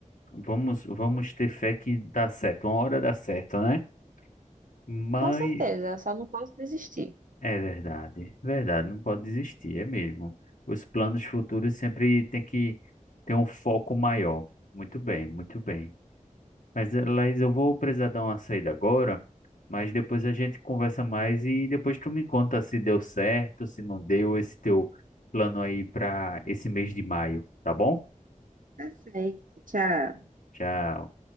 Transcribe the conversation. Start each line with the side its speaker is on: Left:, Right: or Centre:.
Left: vamos vamos ter fé que dá certo, uma hora dá certo, né? Mas
Right: Com certeza, só não posso desistir.
Left: É verdade, verdade, não pode desistir, é mesmo. Os planos futuros sempre tem que ter um foco maior. Muito bem, muito bem. Mas, eh, Laís, eu vou precisar dar uma saída agora, mas depois a gente conversa mais e depois tu me conta se deu certo, se não deu esse teu plano aí para esse mês de maio, tá bom?
Right: Tá certo, tchau.
Left: Tchau.